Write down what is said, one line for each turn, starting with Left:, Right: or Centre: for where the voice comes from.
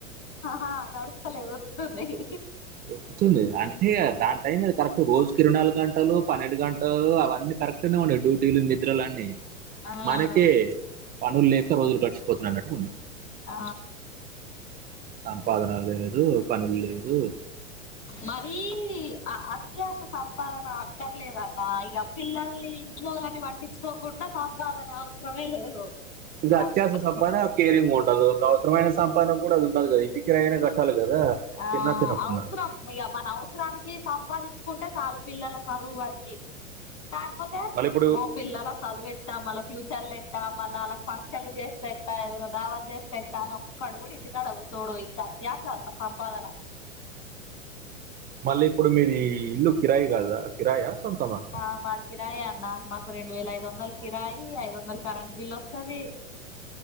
Left: హా నడుస్తస్తాలే గుర్తున్నాయ్
Right: దొరుకుతుంది అంటే దాని టైం అది కరెక్ట్ రోజుకి ఇరవై నాలుగు గంటలు పన్నెండు గంటలు అవన్నీ కరెక్ట్ నే ఉండయి డ్యూటీలు నిద్రలు అన్నీ
Left: ఆ
Right: మనకే పనులు లేక రోజులు గడిచిపోతున్నాన్నట్టు ఉంది
Left: ఆ
Right: సంపాదన లేదు పనులు లేదు
Left: మరీ అత్యాస సంపాదన క్కర్లేదన్న ఇక పిల్లల్ని ఇంట్లోని పట్టించుకోకుండా సంపాదన అవసరమే లేదు
Right: ఇగ
Left: బతుకు
Right: అత్యాస సంపాదన కేరింగ్ ఉండదు అవసరమైన సంపాదన కూడా అది ఉండదు కదా ఇంటి కిరాయి కట్టాలి కదా
Left: ఆ
Right: తిన్నా తినకున్నా
Left: ఔసరం ఇ మన అవసరానికి సంపాదించుకుంటే చాలు పిల్లల చదువు వరికి కాకపోతే
Right: వాళ్ళ ఇప్పుడు
Left: మో పిల్లల చదువు ఎట్టా మళ్ళ ఫ్యూచర్లు ఎట్టా మళ్ళ వాళ్ళకి ఫంక్షన్లు చేస్తే ఎట్టా ఏదైనా ఉ దావా చేస్తే ఎట్టాను క్కడు గూడ ఇంటికాడ కుర్సోడు ఇంకా అత్యాస సంపాదన
Right: మళ్ళీ ఇప్పుడు మీరు ఇల్లు కిరాయి కాదా కిరాయా సొంతమా
Left: ఆ మాది కిరాయి అన్న మాకు రెండు వేల ఐదు వందల కిరాయి ఐదు వందల కరెంట్ బిల్ ఒస్తది